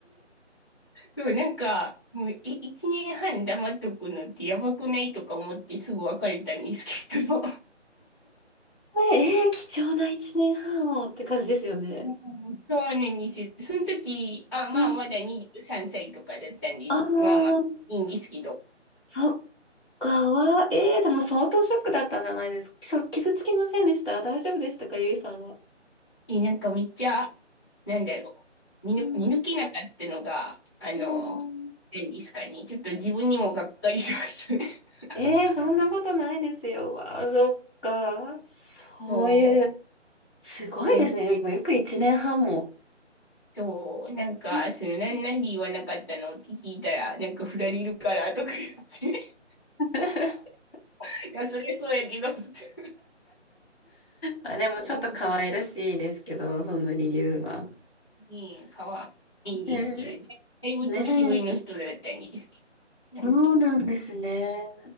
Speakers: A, on the left (about 20°); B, on the left (about 45°).
A: そう、なんか、もう、え、一年半黙っとくのってやばくないとか思ってすぐ別れたんですけど。うん
B: ええー、貴重な一年半をって感じですよね。
A: そうなんですよ。その時、あ、まあ、
B: うん。
A: まだ23歳とかだったんで、
B: ああ。
A: まあまあ、いいんですけど。
B: そっかは、ええー、でも相当ショックだったんじゃないですか。そ傷つきませんでした大丈夫でしたかゆいさんは。
A: え、なんかめっちゃ、なんだろう。見ぬ、
B: うん、
A: 見抜けなかったのが、あの、
B: うん
A: 何ですかね。ちょっと自分にもがっかりしますね。<laughs>
B: ええー、そんなことないですよ。わあ、そっか。そういう、
A: そ
B: すごいですね。
A: う。
B: もうよく一年半も。
A: そう、なんか、
B: うん
A: その、なん、なんで言わなかったのって聞いたら、なんか振られるからとか言って、
B: <laughs>
A: <laughs> いや、それそうやけど、<laughs> って。
B: あ、でもちょっと可愛らしいですけど、
A: うん
B: その理由は。
A: ねえ、かわいいんですけど、
B: ね
A: だいぶ年上の人だったんですけ
B: え、ねえ、
A: ど、本当に。
B: そうなんですね。